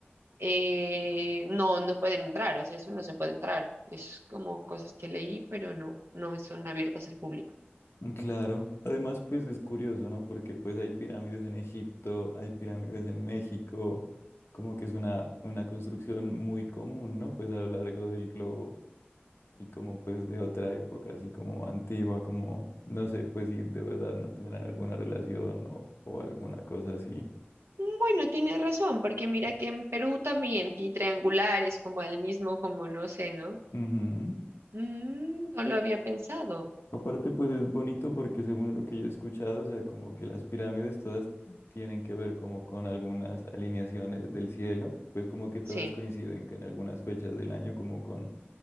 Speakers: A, on the right; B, on the left.
A: eh, no, no pueden entrar, o sea, eso no se puede entrar. Es como cosas que leí, pero no, no son abiertas al público.
B: Claro, además pues es curioso, ¿no? Porque pues hay pirámides en Egipto, hay pirámides en México, como que es una, una construcción muy común, ¿no? Pues a lo largo del globo y como pues de otra época, así como antigua, como no sé, pues si de verdad no tendrán alguna relación o, o alguna cosa así.
A: Mm, Bueno, tienes razón, porque mira que en Perú también y triangulares, como al mismo, como no sé, ¿no?
B: Ujú.
A: Mm, no lo había pensado.
B: Aparte, pues es bonito porque según lo que yo he escuchado, o sea, como que las pirámides todas tienen que ver como con algunas alineaciones del cielo, pues como que todas
A: Sí.
B: coinciden que en algunas fechas del año, como con